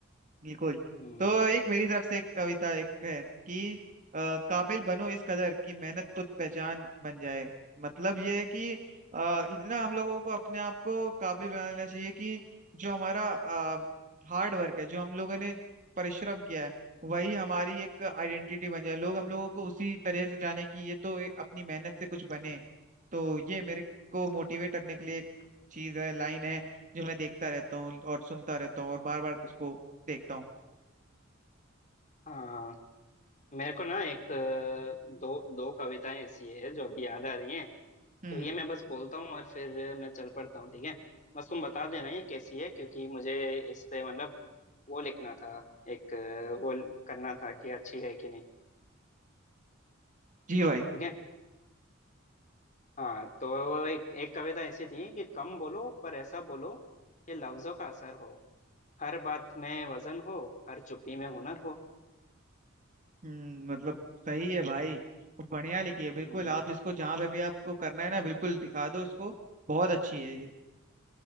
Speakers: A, on the right; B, on the left.
A: बिल्कुल
B: हम्म,
A: तो एक मेरी तरफ से एक कविता एक है कि अ, काबिल बनो इस कदर कि मेहनत खुद पहचान बन जाए मतलब ये है कि अ, इतना हम लोगों को अपने आप को काबिल बना लेना चाहिए कि जो हमारा हार्ड वर्क है जो हम लोगों ने परिश्रम किया है वही हमारी एक आइडेंटिटी बन जाए लोग हम लोगों को उसी तरह से जाने कि ये तो ए- अपनी मेहनत से कुछ बने तो ये मेरे को मोटिवेट रखने के लिए एक चीज है लाइन है जो मैं देखता रहता हूँ और सुनता रहता हूँ और बार बार इसको देखता हूँ
B: हाँ मेरे को ना एक अ, दो दो कविताएं ऐसी है जो अभी याद आ रही हैं
A: हम्म
B: तो ये मैं बस बोलता हूँ और फिर मैं चल पड़ता हूँ ठीक है बस तुम बता देना ये कैसी है क्योंकि मुझे इस पे मतलब वो लिखना था एक अ, वो करना था कि अच्छी है कि नहीं
A: जी भाई
B: ठीक है हाँ तो वो एक एक कविता ऐसी थी कि कम बोलो पर ऐसा बोलो कि लफ्जों का असर हो हर बात में वजन हो हर चुप्पी में हुनर हो
A: हम्म मतलब सही है भाई बढ़िया लिखी है बिल्कुल
B: हम्म,
A: आप इसको जहाँ पे भी आपको करना है ना बिल्कुल दिखा दो उसको बहुत अच्छी है ये